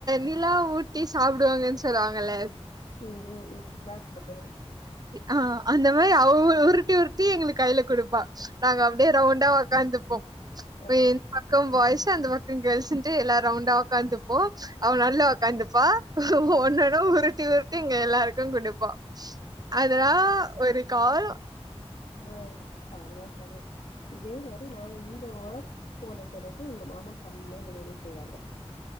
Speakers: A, on the right; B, on the left.
A: நிலா ஊட்டி சாப்பிடுவாங்கனு சொல்லுவாங்கல
B: உம் உம் உம் நிலா சோறு
A: ஆஹ் அந்த மாரி அவ உருட்டி உருட்டி எங்களுக்கு கைல கொடுப்பா நாங்க அப்டியே ரவுண்டா ஒக்காந்துப்போ இப்ப
B: ஆ,
A: என் பக்கம் பாய்ஸ் அந்த பக்க கேள்ஸுன்ட்டு எல்லா ரவுண்டா உக்காந்துப்போ அவ நடுல உக்காந்துப்பா
B: ம்,
A: ஒன்னொன்னா உரு ட்டி உருட்டி எங்க எல்லாருக்கு குடுப்பா அதுலா ஒரு காலொ
B: அ செம செம இதே மாரி நா இங்க ஒர்க் போன பெறகு உங்க மாமா செம்மயா பிரியாணி செய்வாங்க